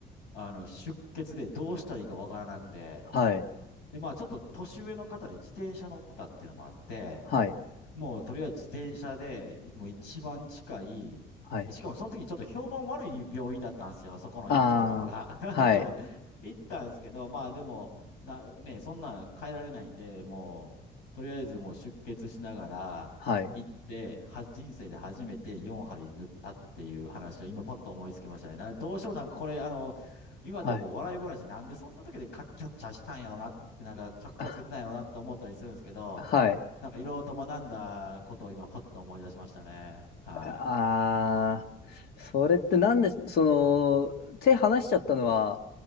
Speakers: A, on the left; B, on the left.
A: あの、出血でどうしたらいいかわからなくて、
B: はい、
A: で、まあちょっと年上の方で自転車乗ってたっていうのもあって、
B: はい、
A: もうとりあえず自転車で、いもう一番近い、
B: はい。
A: で、しかもその時ちょっと評判悪い病院だったんですよ、そこの行ったところが。
B: あー、はい、
A: <laughs> そう、行ったんですけど、まあでも、な、ね、そんなん変えられないんで、もう、とりあえずもう出血しながら行って、
B: はい、
A: は、人生で初めて4針縫ったっていう話を今パッと思いつきましたね。な、どうしてもなんかこれ、あの、今ではもう笑い話でなんでそんな時でカッキャッチャしたんやろなって、
B: はい、
A: なんか格好つけてたんやろなって思ったりするんですけど、
B: <laughs> あはい、
A: なんかいろいろと学んだことを今パッと思い出しましたね。はい。
B: ああ、それってなんで、その、手離しちゃったのは、